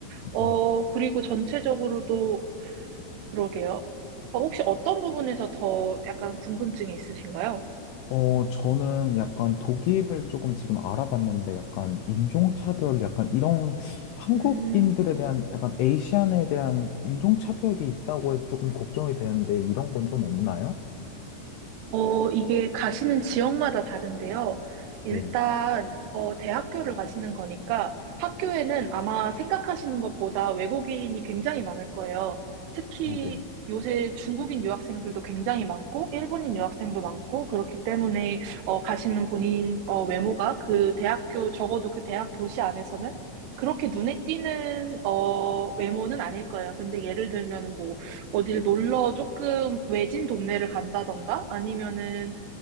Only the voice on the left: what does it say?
네.
어, 저는 약간 독일을 조금 지금 알아봤는데 약간 인종차별, 약간 이런 한국인들에
대한 약간 에이시안에 대한 인종차별이 있다고 해서 조금 걱정이 되는데 이런 건 좀 없나요?
네.
어, 네.